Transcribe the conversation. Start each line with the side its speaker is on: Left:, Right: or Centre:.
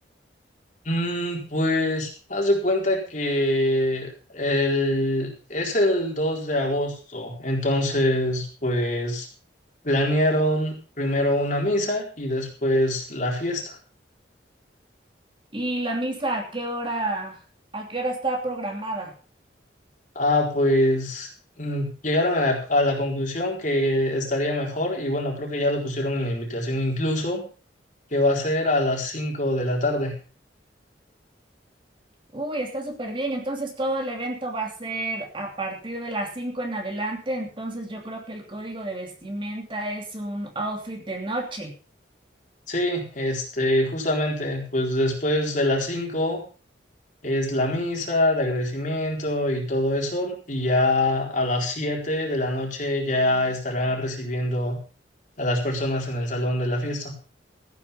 Left: Mm, pues haz de cuenta que el, es el 2 de agosto, entonces pues planearon primero una misa y después la fiesta.
Right: Y la misa, ¿a qué hora, a qué hora está programada?
Left: Ah, pues mm, llegaron a la, a la conclusión que estaría mejor y bueno, creo que ya lo pusieron en la invitación incluso, que va a ser a las 5 de la tarde.
Right: Uy, está súper bien. Entonces todo el evento va a ser a partir de las 5 en adelante. Entonces yo creo que el código de vestimenta es un outfit de noche.
Left: Sí, este, justamente, pues después de las 5 es la misa de agradecimiento y todo eso, y ya a las 7 de la noche ya estarán recibiendo a las personas en el salón de la fiesta.